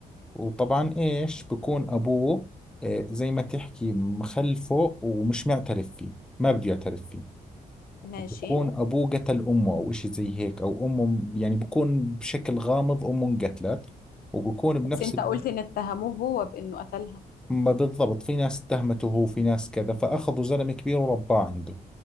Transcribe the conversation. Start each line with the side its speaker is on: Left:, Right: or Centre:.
Centre: وطبعا ايش بكون ابوه آه زي ما تحكي مخلفه ومش معترف فيه ما بده يعترف فيه
Left: ماشي
Centre: وبكون ابوه قتل امه او اشي زي هيك او امه يعني بكون بشكل غامض امه انقتلت وبكون بنفس
Left: بس انت
Centre: الوقت
Left: قلت ان اتهموه هو بانه قتلها
Centre: ما بالضبط في ناس اتهمته هو في ناس كذا فأخذوا زلمة كبير ورباه عنده